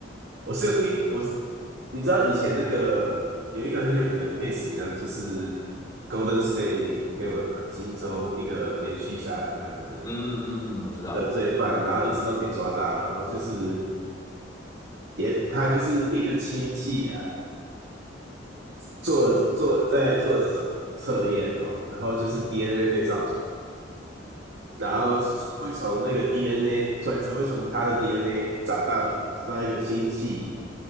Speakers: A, on the right; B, on the left.
A: 我是有听，我是你知道以前那个有一个很有名的 case，叫就是 Golden State Killer 嘛，金州一个连续杀人案的
B: 嗯嗯嗯，嗯我知道。
A: 的罪犯，然后一直都没抓到，然后就是也他就是一个亲戚啊，做做在做这种测验哦，然后就是 DNA 被上传，然后才会从那个 DNA 才才会从他的 DNA 找到找到一个亲戚